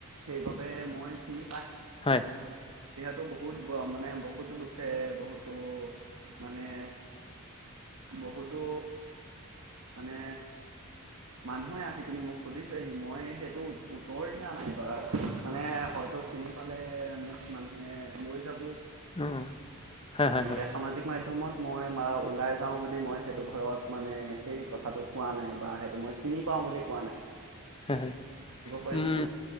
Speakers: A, on the right (about 70°); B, on the left (about 25°).
A: সেইবাবে মই চিন
B: হয়
A: তো বহুত মানে বহুতো লোকে বহুতো মানে বহুতো মানে মানুহে আহি পিনি মোক সুজিছেহি মই সেইটো উত্তৰ দিয়া নাই বু মানে হয়তোিন পালে মোক মানুহে লৈ যাব
B: অ' হয়
A: তেনেকে
B: হয় হয়
A: সামাজিক মাধ্যমত মই ওলাই যাওঁ বুলি মই সেইটো ভয়ত মানে সেই কথাটো কোৱা নাই বা সেইটো মই চিনি পাওঁ বুলি ক
B: হ
A: পাৰিছেনে?
B: উম